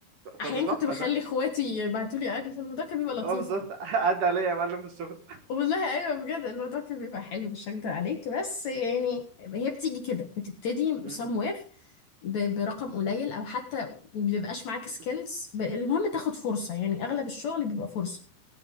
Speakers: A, on the right; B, on the left.
A: طب
B: أحيانا
A: ده تحفه
B: كنت بخلي
A: ده
B: إخواتي يبعتوا لي أكل فالموضوع كان بيبقى لطيف
A: اه بالظبط <laughs> عدى عليا يا معلم في الشغل
B: والله أيوه بجد الموضوع كان بيبقى حلو مش هكدب عليك بس يعني هي بتيجي كده بتبتدي somewhere
A: مم.
B: ب- برقم قليل او حتى ما بيبقاش
A: <clears throat>
B: معاك سكيلز المهم تاخد فرصه يعني اغلب الشغل بيبقى فرصه